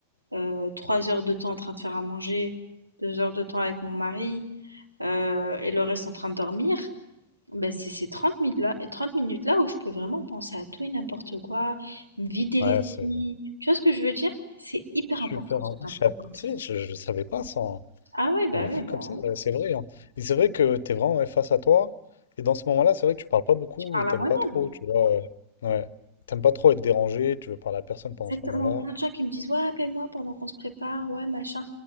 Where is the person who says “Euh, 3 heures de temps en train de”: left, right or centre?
Right